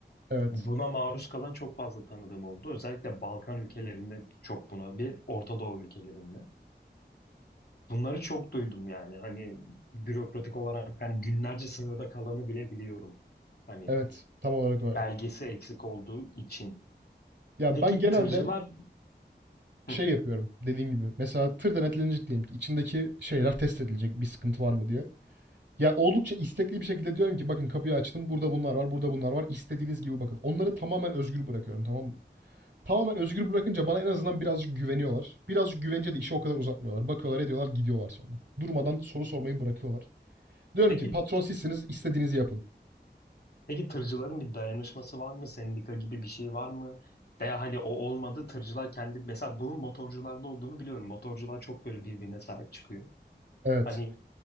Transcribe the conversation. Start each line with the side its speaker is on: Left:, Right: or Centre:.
Right: Evet.
Left: buna maruz kalan çok fazla tanıdığım oldu. Özellikle Balkan ülkelerinde çok buna bir Orta Doğu ülkelerinde. Bunları çok duydum yani hani bürokratik olarak hani günlerce sınırda kalanı bile biliyorum. Hani
Right: Evet. Tam olarak öyle.
Left: belgesi eksik olduğu için.
Right: Ya
Left: Peki
Right: ben genelde
Left: tırcılar
Right: şey
Left: Hı.
Right: yapıyorum dediğim gibi. Mesela tır denetlenecek diyelim ki içindeki şeyler test edilecek bir sıkıntı var mı diye. Ya oldukça istekli bir şekilde diyorum ki bakın kapıyı açtım burada bunlar var burada bunlar var İstediğiniz gibi bakın. Onları tamamen özgür bırakıyorum tamam mı? Tamamen özgür bırakınca bana en azından birazcık güveniyorlar. Birazcık güvenince de işi o kadar uzatmıyorlar. Bakıyorlar, ediyorlar, gidiyorlar sonra. Durmadan soru sormayı bırakıyorlar. Diyorum
Left: peki
Right: ki patron sizsiniz, istediğinizi yapın.
Left: Peki tırcıların bir dayanışması var mı? Sendika gibi bir şey var mı? Veya hani o olmadı tırcılar kendi mesela bunun motorcularda olduğunu biliyorum. Motorcular çok böyle birbirine sahip çıkıyor.
Right: Evet.
Left: Hani